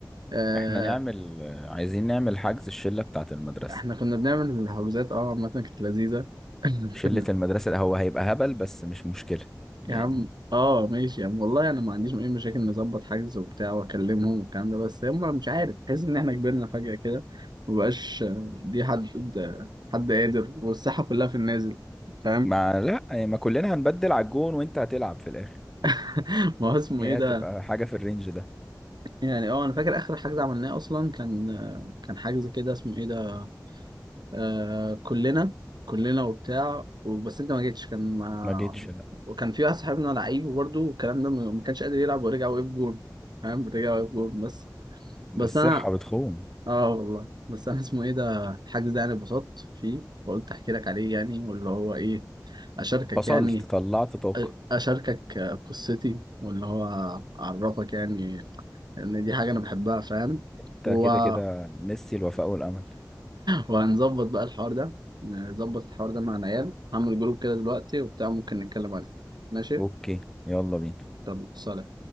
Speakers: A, on the right (about 75°); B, in the centre.
A: آه،
B: احنا نعمل عايزين نعمل حجز الشله بتاعت المدرسه
A: احنا كنا بنعمل الحجوزات اه عامة كانت لذيذة <laughs>
B: شلة
A: كنا
B: المدرسة هو هيبقى هبل بس مش مشكلة يعني
A: يا عم اه ماشي يا عم والله انا ما عنديش اي مشاكل نظبط حجز وبتاع واكلمهم والكلام ده بس هم مش عارف تحس ان احنا كبرنا فجأة كده مبقاش دي حد حد قادر والساحة كلها في النازل فاهم
B: ما لا يعني ما كلنا هنبدل على الجون وانت هتلعب في الاخر
A: <laughs> ما هو اسمه
B: هي
A: ايه ده
B: هتبقى حاجة في الرينج ده
A: يعني اه انا فاكر اخر حجز عملناه اصلا كان كان حجز كده اسمه ايه ده آه كلنا كلنا وبتاع بس انت ما جيتش كان مع
B: ما جيتش لا
A: وكان في واحد صاحبنا لعيب برضه والكلام ده ما ما كانش قادر يلعب ورجع وقف جون فاهم رجع وقف جون بس
B: الصحة
A: بس انا
B: بتخون
A: اه والله بس انا اسمه ايه ده الحجز ده يعني اتبسطت فيه فقلت احكي لك عليه يعني واللي هو ايه اشاركك
B: فصلت
A: يعني
B: طلعت طاقة
A: أ- اشاركك قصتي واللي هو اعرفك يعني ان دي حاجه انا بحبها فاهم
B: انت
A: و...
B: كده
A: <laughs>
B: كده ميسي الوفاء والأمل
A: وهنظبط بقى الحوار ده نظبط الحوار ده مع العيال هعمل جروب كده دلوقتي وبتاع ممكن نتكلم عليه ماشي
B: اوكي يلا بينا
A: يلا سلام